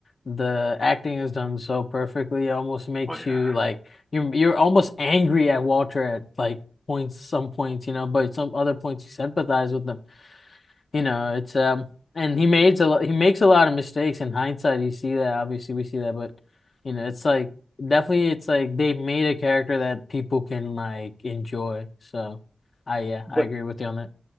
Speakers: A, on the left (about 55°); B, in the centre.
A: The acting is done so perfectly, it almost makes
B: Oh yeah.
A: you like you're you're almost angry at Walter at like points, some points, you know, but some other points you sympathize with him. You know, it's um, and he made a lo- he makes a lot of mistakes. In hindsight, you see that. Obviously, we see that, but you know, it's like definitely, it's like they've made a character that people can like enjoy. So, I yeah,
B: But
A: I agree with you on that.